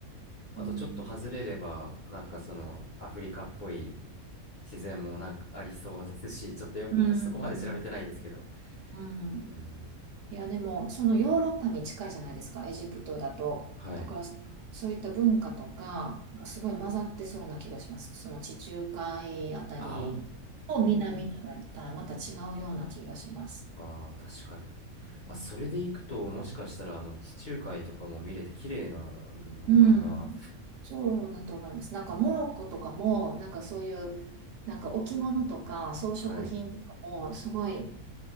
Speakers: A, on the left (about 40°); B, on the right (about 65°).
A: あとちょっと外れれば、
B: うん
A: なんかそのアフリカっぽい自然もなんかありそうですし、<laughs> ちょっとよ、
B: うんうん
A: そこまで調べてないですけど。
B: うん
A: うん。
B: いやでもそのヨーロッパに近いじゃないですかエジプトだとだからそそういった文化とかがすごい混ざってそうな気がしますその地中海あたりと南となったらまた違うような気がします
A: はい。ああ、ああ、確かに。
B: うん
A: あ、それで行くと、もしかしたら、あの、地中海とかも見れて綺麗なのかな。
B: うんそうだと思いますなんかモロッコとかもなんかそういうなんか置物とか装飾品とかもすごい
A: はい。